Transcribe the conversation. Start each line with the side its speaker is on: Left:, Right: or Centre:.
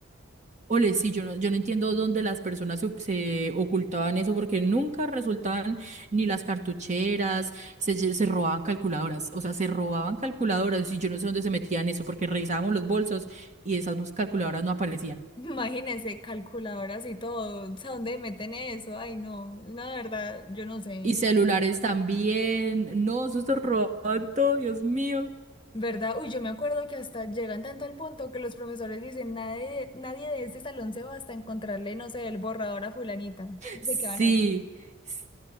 Right: ole, sí, yo no, yo no entiendo dónde las personas se se ocultaban eso porque nunca resultaban ni las cartucheras, se, lle- se robaban calculadoras, o sea, se robaban calculadoras y yo no sé dónde se metían eso porque revisábamos los bolsos y esas calculadoras no aparecían.
Left: <laughs> Imagínense, calculadoras y todo, o sea, ¿dónde meten eso? Ay, no, no, de verdad, yo no sé.
Right: Y celulares también. No, eso se robaban todo, Dios mío.
Left: ¿Verdad? Uy, yo me acuerdo que hasta llegan tanto al punto que los profesores dicen, nadie, nadie de este salón se va hasta encontrarle, no sé, el borrador a fulanita. No
Right: Sí.
Left: sé qué van a hacer.
Right: s-